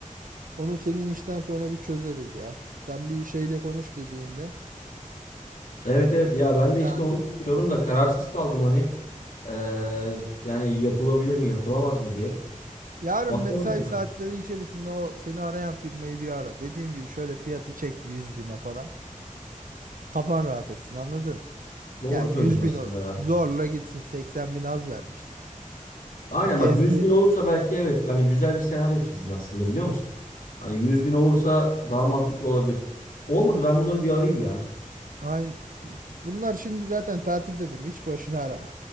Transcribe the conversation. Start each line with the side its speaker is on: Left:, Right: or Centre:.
Right: onu senin işten sonra bir çözeriz ya. Sen bir şeyle konuş dediğimle.
Left: Evet evet ya ben de
Right: Yani
Left: işte onu düşünüyorum da kararsız kaldım hani Ee, yani yapılabilir mi yapılamaz mı diye.
Right: yarın
Left: Bakalım
Right: mesai
Left: ya.
Right: saatleri içerisinde o seni arayan firmayı bir ara. Dediğim gibi şöyle fiyatı çek 100 bine falan. Kafan rahat etsin anladın?
Left: Doğru
Right: Ya 100
Left: söylüyorsun
Right: bin o-
Left: aslında ya.
Right: zorla gitsin 80 bin az vermişler.
Left: Aynen
Right: Ha gezdire
Left: bak 100 bin olursa belki evet yani güzel bir senaryo çizdin aslında biliyor musun? Hani 100 bin olursa daha mantıklı olabilir. Olmadı ben bunları bir arayayım ya.
Right: Aynı. Bunlar şimdi zaten tatildedir. Hiç boşuna arama.